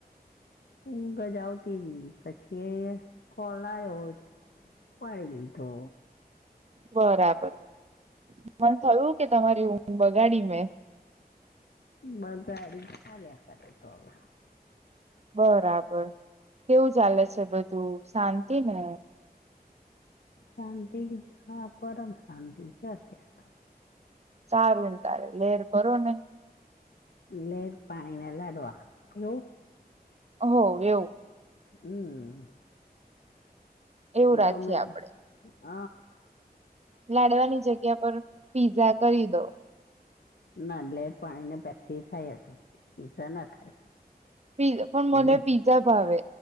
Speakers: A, on the left; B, on the right.
A: હુંગજ આવતી ની પછી કોલ આયો એટ પાડી લીધો.
B: બરાબર મન થયું કે તમારી હું બગાડી મેં.
A: બગાડી ચાલ્યા કરે તો હવે.
B: બરાબર કેવું ચાલે છે બધું, શાંતિ ને?
A: શાંતિ હા પરમ શાંતિ છે અત્યારે
B: સારું ને તારે લેર કરો ને
A: લેર પાણી ને લાડવા એવું
B: હો એવું
A: હમ
B: એવું
A: એતો
B: રાખીએ
A: મે
B: આપડે
A: હ
B: લાડવાની જગ્યા પર પીઝા કરી દો
A: ના લેટ પાણી ને પેપ્સી થાય હજુ પીઝા ના થાય
B: પીઝ પણ
A: લે
B: મને પીઝા ભાવે